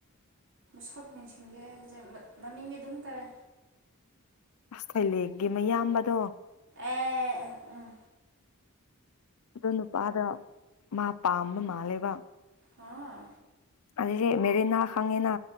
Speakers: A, on the right; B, on the left.
A: ꯁꯞ ꯅꯤꯡꯁꯤꯡꯁꯦ ꯍꯧꯖꯤꯛ ꯃꯃꯤꯡꯗꯤ ꯑꯗꯨꯝ ꯇꯥꯏꯦ
B: ꯑꯁ ꯊꯩꯂꯦꯛꯒꯤ ꯃꯌꯥꯝꯕꯗꯣ
A: ꯑꯦ ꯑꯦ ꯎꯝ
B: ꯑꯗꯣ ꯅꯨꯄꯥꯗ ꯃꯥ ꯄꯥꯝꯕ ꯃꯥꯜꯂꯦꯕ
A: ꯑꯥ
B: ꯑꯁꯦ ꯃꯦꯔꯤꯅꯥ ꯈꯪꯉꯤꯅ